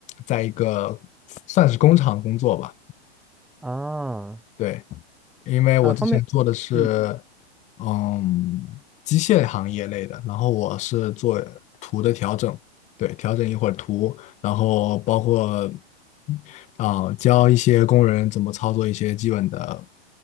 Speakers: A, on the left; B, in the centre.
A: 在一个算是工厂工作吧，
B: 啊
A: 对，因为我之前做的是，
B: 啊，方便，嗯，
A: 嗯，机械行业类的，然后我是做图的调整，对，调整一会儿图，然后包括啊、教一些工人怎么操作一些基本的